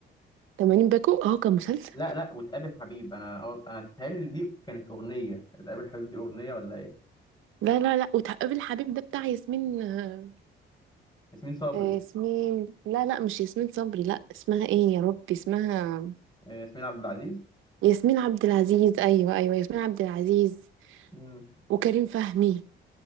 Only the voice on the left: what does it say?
لا لا وتقابل حبيب انا أو- انا بتهيألي دي كانت اغنية تقابل حبيب دي اغنية ولا ايه
ياسمين صبري
آه، ياسمين عبد العزيز
مم.